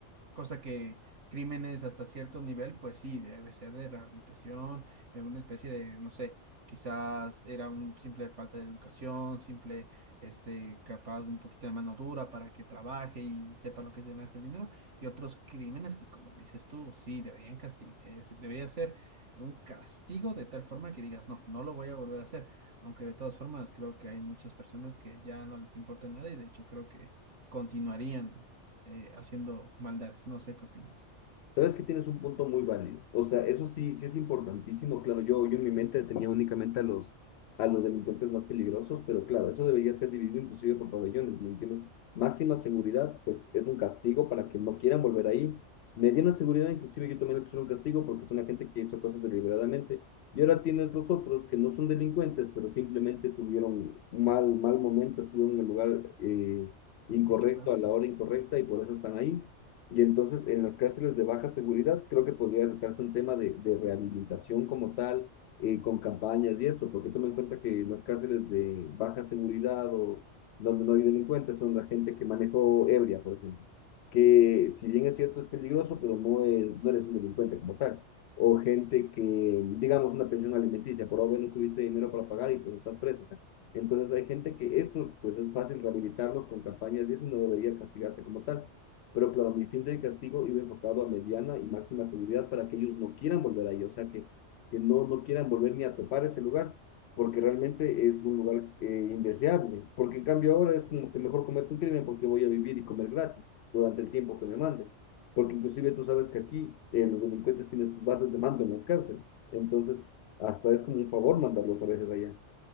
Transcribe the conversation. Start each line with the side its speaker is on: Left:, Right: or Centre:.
Right: Cosa que crímenes hasta cierto nivel, pues sí, debe ser de rehabilitación, en una especie de, no sé, quizás era un simple falta de educación, simple, este, capaz un poquito de mano dura para que trabaje y sepa lo que es ganarse el dinero, y otros crímenes que, como dices tú, sí, deberían casti- eh, se- debería ser un castigo de tal forma que digas, no, no lo voy a volver a hacer, aunque de todas formas creo que hay muchas personas que ya no les importa nada y de hecho creo que continuarían eh, haciendo maldades. No sé qué opinas.
Left: Sabes que tienes un punto muy válido. O sea, eso sí, sí es importantísimo. Claro, yo, yo en mi mente tenía únicamente a los, a los delincuentes más peligrosos, pero claro, eso debería ser dividido inclusive por pabellones, ¿me entiendes? Máxima seguridad, pues es un castigo para que no quieran volver ahí. Mediana seguridad, inclusive yo también le puse un castigo porque son la gente que hizo cosas deliberadamente. Y ahora tienes los otros que no son delincuentes, pero simplemente tuvieron mal, mal momento, estuvieron en el lugar eh, incorrecto
Right: Equivocado.
Left: a la hora incorrecta y por eso están ahí y entonces en las cárceles de baja seguridad creo que podría tratarse un tema de, de rehabilitación como tal, eh, con campañas y esto, porque toma en cuenta que en las cárceles de baja seguridad o donde no hay delincuentes son la gente que manejó ebria, por ejemplo, que si bien es cierto es peligroso, pero no, es, no eres un delincuente como tal. O gente que, digamos, una pensión alimenticia, por ahora no tuviste dinero para pagar y pues estás preso. O sea, entonces hay gente que eso pues es fácil rehabilitarlos con campañas y eso no debería castigarse como tal pero claro, mi fin del castigo iba enfocado a mediana y máxima seguridad para que ellos no quieran volver ahí, o sea, que, que no, no quieran volver ni a topar ese lugar, porque realmente es un lugar eh, indeseable. Porque en cambio ahora es como que mejor comer un crimen porque voy a vivir y comer gratis durante el tiempo que me manden. Porque inclusive tú sabes que aquí eh, los delincuentes tienen sus bases de mando en las cárceles. Entonces, hasta es como un favor mandarlos a veces allá.